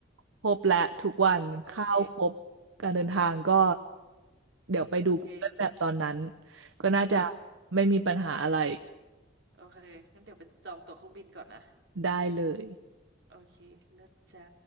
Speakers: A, on the right (about 85°); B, on the right (about 65°).
A: ครบและทุกวันข้าวครบ
B: โอเค
A: การเดินทางก็เดี๋ยวไปดู
B: โอเค
A: Google Map ตอนนั้นก็น่าจะ
B: เลิศ
A: ไม่มีปัญหาอะไร
B: โอเคงั้นเดี๋ยวไปจองตั๋วเครื่องบินก่อนนะ
A: ได้เลย
B: โอเคเลิศจ้า